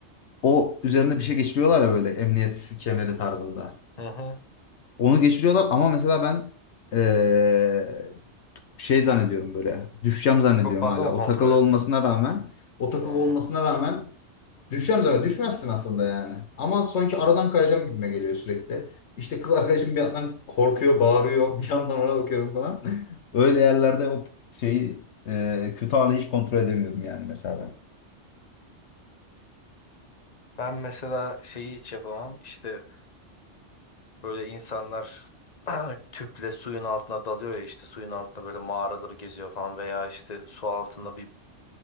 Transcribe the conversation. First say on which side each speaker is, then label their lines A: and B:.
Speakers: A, on the left (about 70°); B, on the left (about 35°).
A: O üzerinde bir şey geçiriyorlar ya böyle emniyet kemeri tarzında.
B: Hı hı.
A: Onu geçiriyorlar ama mesela ben e, şey zannediyorum böyle düşeceğim zannediyorum
B: Çok fazla
A: hala.
B: mı
A: O
B: kontrol
A: takılı
B: ettin?
A: olmasına rağmen o takılı
B: Hı.
A: olmasına rağmen Düşeceğim zaten. Düşmezsin aslında yani. Ama sanki aradan kayacağım gibime geliyor sürekli. İşte kız arkadaşım bir yandan korkuyor, bağırıyor. <laughs> Bir yandan ona bakıyorum falan. Öyle yerlerde o şeyi e, kötü anı hiç kontrol edemiyorum yani mesela ben.
B: Ben mesela şeyi hiç yapamam. İşte böyle insanlar <clears throat> tüple suyun altına dalıyor ya işte suyun altında böyle mağaraları geziyor falan veya işte su altında bir